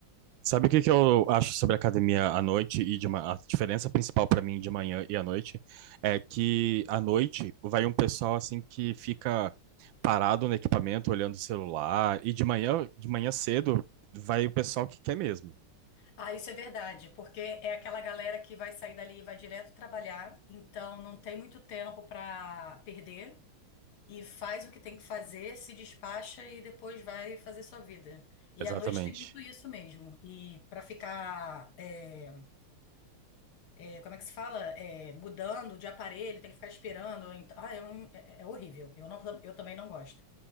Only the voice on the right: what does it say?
Sabe o que que eu acho sobre academia à noite e de ma... a diferença principal para mim de manhã e à noite é que à noite vai um pessoal assim que fica parado no equipamento olhando o celular e de manhã de manhã cedo vai o pessoal que quer mesmo.
Exatamente.